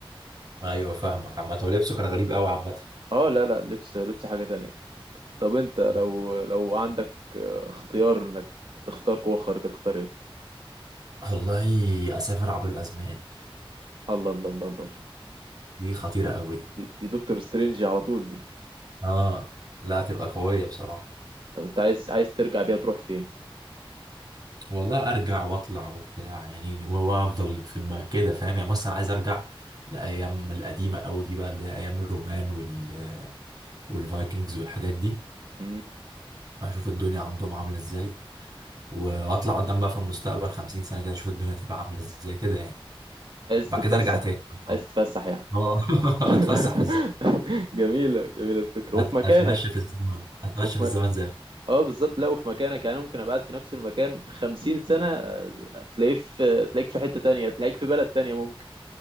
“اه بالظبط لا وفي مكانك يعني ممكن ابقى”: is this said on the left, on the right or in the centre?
Right